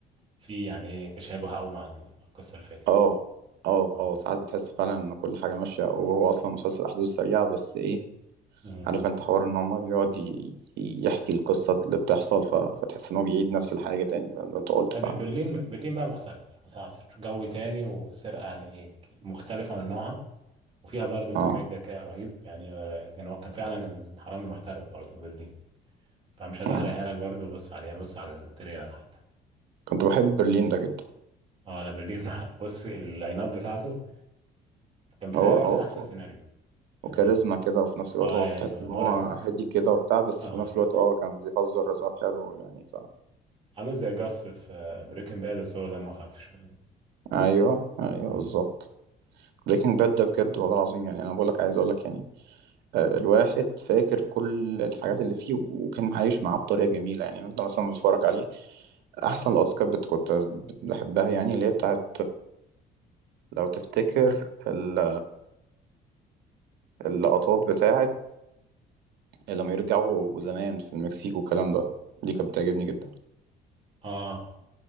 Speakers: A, on the right; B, on the right.
A: في يعني ايه تشابه قوي مع القصه اللي فاتت
B: اه اه
A: اه
B: اه ساعات بتحس فعلا ان كل حاجه ماشيه وهو اصلا مسلسل احداثه سريعه بس ايه
A: امم
B: عارف انت حوار ان هما بيقعد ي- يحكي القصة اللي بتحصل ف... فتحس ان هو بيعيد
A: اه
B: نفس الحاجة تاني فده انت قلت
A: لا
B: فعلا
A: ب- برلين برلين بقى مختلف هتعطي جو تاني والسرقه يعني ايه مختلفه من نوعها وفيها برضو كميه
B: اه
A: ذكاء رهيب يعني آه، كان هو كان فعلا كان حرامي محترف برضو برلين فمش عايز
B: مم.
A: احرقها لك برضو بص عليها بص على التريلر حتى
B: كنت بحب برلين ده جدا
A: اه لا برلين <laughs> بص اللاين اب بتاعته كان بتهيألي
B: هو هو
A: واخد احسن
B: هو
A: سيناريو يعني
B: وكاريزما كده وفي نفس الوقت
A: اه
B: هو
A: ايوه
B: كنت تحس ان
A: مرعب
B: هو هادي كده وبتاع بس
A: اه
B: في نفس الوقت اه كان بيهزر هزار حلو يعني ف
A: عامل زي جاس في بريكنج باد بس هو دمه خف شويه
B: ايوه ايوه
A: مم.
B: بالظبط بريكنج باد ده بجد والله العظيم يعني انا بقول لك عايز اقول لك يعني آه، الواحد فاكر كل الحاجات اللي فيه وكان عايش معاه بطريقة جميلة يعني وانت مثلا بتتفرج عليه أحسن لقطات كانت بت- كنت بحبها يعني اللي هي بتاعت لو تفتكر ال- اللقطات بتاعت لما يرجعوا زمان في المكسيك والكلام ده دي كانت بتعجبني جدا
A: اه